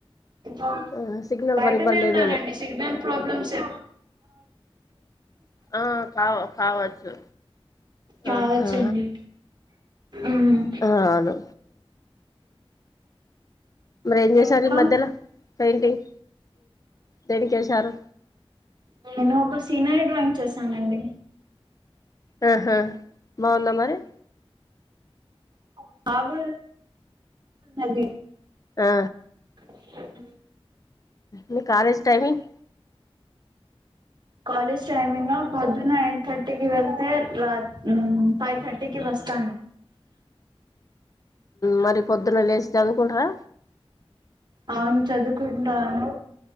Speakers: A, on the right (about 45°); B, on the left (about 35°).
A: ఇ
B: ఆ సిగ్నల్
A: బయటనే
B: బరిబర్ లేదేమో
A: ఉన్నానండి సిగ్నల్ ప్రాబ్లమ్స్ ఏ
B: ఆ కావ కాావచ్చు
A: కావచ్చండి
B: ఆహా
A: మ్మ్
B: అ అను ఏం చేశారు
A: ఇంకా
B: మధలో పెయింటింగ్ దేనికేశారు
A: నేను ఒక సీనరీ డ్రాయింగ్ చేశానండి
B: ఆహా బాగుందా మరి
A: <unintelligible>
B: ఆ
A: <inaudible>
B: మీ కాలేజ్ టైమింగ్
A: కాలేజ్ టైమింగ్ ఆ పొద్దున ఎయిట్ థర్టీకి వెళ్తే రాత్ మ్ ఫైవ్ థర్టీకి వె వస్తాను
B: మరి పొద్దున్న లేశ్ చదువుకుంటరా
A: అవును చదువుకుంటాను